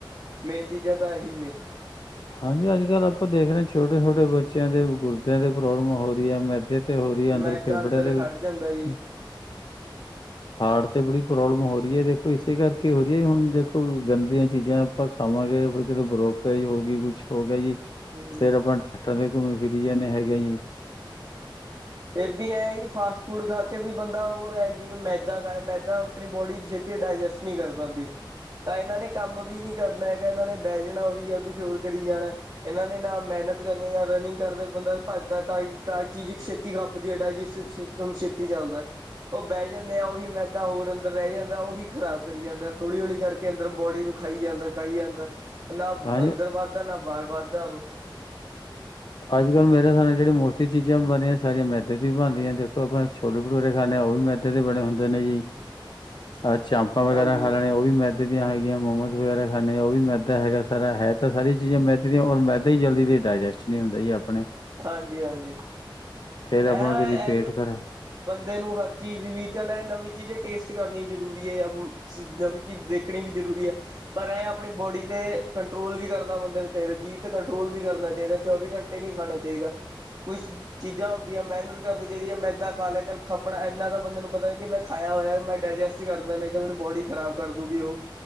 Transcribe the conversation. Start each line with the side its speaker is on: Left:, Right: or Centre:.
Right: ਮੇਨ ਚੀਜ਼ਾਂ ਤਾਂ ਐਹੀ ਨੇ।
Left: ਹਾਂਜੀ ਅੱਜ-ਕੱਲਆਪਾਂ ਦੇਖ ਰੇਆਂ ਛੋਟੇ-ਛੋਟੇ ਬੱਚੇਆਂ ਦੇ ਗੁਰਦਿਆਂ ਦੀ ਪ੍ਰੋਬਲਮ ਹੋ ਰਿਐ। ਮੈਦੇ ਤੇ ਹੋ ਰਹੀ ਹੈ
Right: ਮੈਦਾ
Left: ਫੇਫੜਿਆਂ
Right: ਅੰਦਰ
Left: ਦੇ
Right: ਖੜ ਜਾਂਦਾ ਈ।
Left: ਹਾਰਟ ਤੇ ਬੜੀ ਪ੍ਰੋਬਲਮ ਹੋ ਰੀਏ ਦੇਖੋ, ਇਸੇ ਕਰਕੇ ਹੋ ਰੀਏ ਹੁਣ ਦੇਖੋ, ਗੰਦੀਆਂ ਚੀਜਾਂ ਆਪਾਂ ਖਾਵਾਂਗੇ, ਫੇਰ ਕਿਤੇ ਬਲੋਕੇਜ ਐ ਕੁੱਛ ਹੋ ਗਿਆ ਜੀ,
Right: ਹੂੰ।
Left: ਫੇਰ ਆਪਾਂ ਡਾਕਟਰਾਂ ਤੇ ਘੁੰਮੀ ਫਿਰੀ ਜਾਂਦੇ ਹੈਗੇ ਜੀ।
Right: ਫੇਰ ਬੀ ਐਈ ਫਾਸਟ ਫੂਡ ਖਾ ਕੇ ਵੀ ਬੰਦਾ ਓ ਹੈ ਜਿਵੇਂ ਮੈਦਾ ਖਾਏ, ਮੈਦਾ ਅਪਣੀ ਬੋਡੀ ਛੇਤੀ ਡਾਇਜੈਸਟ ਨਈਂ ਕਰ ਪਾਂਦੀ। ਤਾਂ ਏਨਾਂ ਨੇ ਕੰਮ ਵੀ ਨੀ ਕਰਨਾ ਹੈਗਾ ਏਨਾਂ ਨੇ ਬੈ ਜਾਣਾ ਓਵੀ ਏਯੋ ਕੁਛ ਹੋਰ ਕਰੀ ਜਾਣਾ। ਏਨਾਂ ਨੇ ਨਾਂ ਮੇਨਤ ਕਰਨੀ ਯਾਂ ਰਨਿੰਗ ਕਰਦੇ ਬੰਦਾ ਭੱਜਦਾ ਤਾਂ ਸਾਰੀ ਚੀਜ਼ ਛੇਤੀ - ਛੇਤੀ ਖੱਪਦੀ ਐ, ਡਾਇਜੈਸਟ ਸਿਸਟਮ ਛੇਤੀ ਚੱਲਦਾ। ਓ ਬੈ ਜਾਂਦੇ ਆ ਓਹੀ ਮੈਦਾ ਹੋਰ ਅੰਦਰ ਰਹਿ ਜਾਂਦਾ, ਓਹੀ ਖ਼ਰਾਬ ਕਰੀ ਜਾਂਦਾ ਹੌਲੀ-ਹੌਲੀ ਕਰਕੇ ਅੰਦਰ ਬੋਡੀ ਨੂੰ ਖਾਈ ਜਾਂਦਾ, ਖਾਈ ਜਾਂਦਾ ਨਾ
Left: ਹਾਂਜੀ
Right: ਅੰਦਰ ਵੱਧਦਾ ਨਾ ਬਾਹਰ ਵੱਧਦਾ ਓਹ।
Left: ਅੱਜ-ਕੱਲ ਮੇਰੇ ਹਿਸਾਬ ਨਾਲ ਜੇੜੀ ਮੋਸਟਲੀ ਚੀਜ਼ਾਂ ਬਣਦੀਆਂ ਸਾਰੀਆਂ ਮੈਦੇ ਦੀ ਵੀ ਬਨ ਰਹੀਆਂ ਦੇਖੋ, ਆਪਾਂ ਛੋਲੇ-ਭਟੂਰੇ ਖਾਂਦੇ ਆ, ਓਵੀ ਮੈਦੇ ਦੇ ਬਣੇ ਹੁੰਦੇ ਨੇ ਜੀ।
Right: <inaudible>
Left: ਐ ਚਾਂਪਾਂ ਵਗੈਰਾ
Right: ਹਾਂਜੀ
Left: ਖਾ ਲੈਣੇਐ, ਓ ਵੀ ਮੈਦੇ ਮੈਦੇ ਦੀਆਂ ਹੈਗੀਆਂ, ਮੋਮੋਸ ਵਗੈਰਾ ਖਾਂਣੇ ਆ ਓ ਵੀ ਮੈਦਾ ਹੈਗਾ ਸਾਰਾ। ਹੈ ਤਾਂ ਸਾਰੀ ਚੀਜ਼ਾਂ ਮੈਦੇ ਦੀਆਂ ਹੋਰ ਮੈਦਾ ਜਲਦੀ ਡਾਇਜੈਸਟ ਨਈਂ ਹੁੰਦਾ ਆਪਣੇ
Right: ਹਾਂਜੀ-ਹਾਂਜੀ,
Left: ਫੇਰ
Right: ਐ
Left: ਆਪਾਂ ਨੂੰ ਕਦੀ
Right: ਐ
Left: ਪੇਟ ਖਰਾ
Right: ਬੰਦੇ ਨੂੰ ਹਰ ਚੀਜ਼ ਵੀ ਚੱਲ ਏ ਨਵੀਂ ਚੀਜ਼ ਟੇਸਟ ਕਰਨੀ ਜ਼ਰੂਰੀ ਏ, ਨਵੀਂ ਚੀਜ਼ ਦੇਖ ਸਿੱਖਣੀ ਵੀ ਜ਼ਰੂਰੀ ਐ। ਪਰ ਐ ਆਪਣੀ ਬੋਡੀ ਤੇ ਕੰਟਰੋਲ ਵੀ ਕਰਨਾ ਬੰਦੇ ਨੂੰ ਚਾਈਦਾ, ਜੀਭ ਤੇ ਕੰਟਰੋਲ ਵੀ ਕਰਨਾ ਚਾਈਦਾ, ਚੌਵੀ ਘੰਟੇ ਨਈਂ ਖਾਣਾ ਚਾਈਦਾ। ਚਾਈਦਾ, ਕੁੱਛ ਚੀਜ਼ਾਂ ਹੁੰਦੀਆਂ ਮਿਹਨਤ ਕਰਨੀ ਚਾਹੀਦੀ ਹੈ, ਮੈਂਦਾ ਖਾ ਲਿਆ, ਚੱਲ ਖੱਪਣਾ ਇੰਨਾ ਤਾਂ ਬੰਦੇ ਨੂੰ ਪਤਾ ਕਿ ਮੈਂ ਖਾਇਆ ਹੋਇਆ ਮੈਂ ਡਾਇਜੈਸਟ ਹੀ ਕਰਦਾ ਨਹੀਂ ਤਾਂ ਮੇਰੀ ਬੋਡੀ ਖਰਾਬ ਕਰ ਦੂਗੀ ਉਹ,